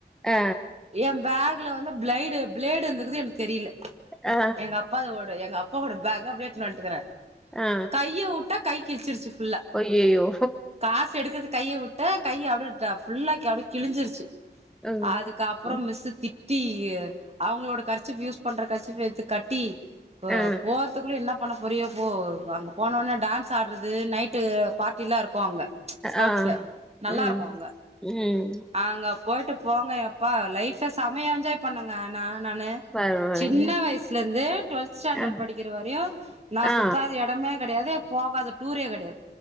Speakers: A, in the centre; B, on the right.
A: ஆ
B: எ பேக்ல வந்து பிளைடு பிளேடு இருந்தக்குது எனக்கு தெரியல
A: ஆ
B: எங்க அப்பாவோட எங்க அப் பாவோட பேக் அப்டியே எடுத்து வண்டுகிரே
A: ஆ
B: கைய வுட்டா கை கிழிச்சிருச்சு ஃபுல்லா
A: ஐய்யையோ
B: காசு எடுக்கற கையை விட்ட கை அப்டி ஃபுல்லா அப்டியே கிழிஞ்சிருச்சு
A: ம்
B: அதுக்குகப்புற
A: ம்
B: மிஸு தி ட்டி அவங்களோட கர்ச்சிப் யூஸ் பண்ற கர்ச்சிப் எத்து கட்டி அ
A: ஆ
B: போறதுக்குள்ள என்ன போன பொரிய போ அங்கே போனோடனே டான்ஸ் ஆடறது நைட்டு பார்ட்டி எல்லா இருக்கு அங்கே ஸ்கவுட்ஸ்ல
A: ஆ
B: நல்லா
A: ம்
B: இருக்கு அங்க
A: ம்
B: அங்கே போயி்ட்டு போங்க எப்பா லைஃபை செமைய என்ஜாய் பண்ணுங்க நா நானு
A: பரவால்லைங்க
B: சின்ன வயசுல இருந்து டுவெல்த் ஸ்டாண்டர்ட்
A: ஆ
B: படிக்கிற வரையு நா
A: ஆ
B: சுத்தாத எடமே கெடையாது போகாத டூரே கெடையாது